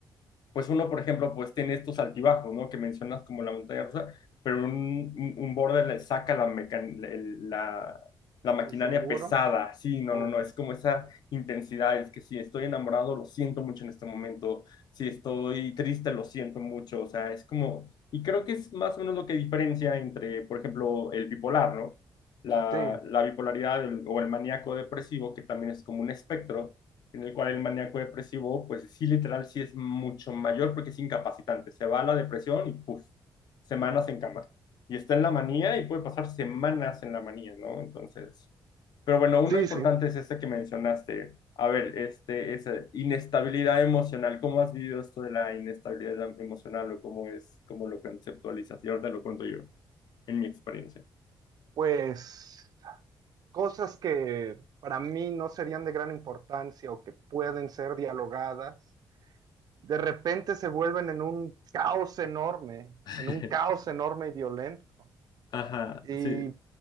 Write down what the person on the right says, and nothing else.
El seguro.
Oh,
pues,
Sí,
sí,
sí.
Pues. cosas que para mí no serían de gran importancia o que pueden ser dialogadas, de repente se vuelven en un caos enorme,
en un caos enorme y violento.
Y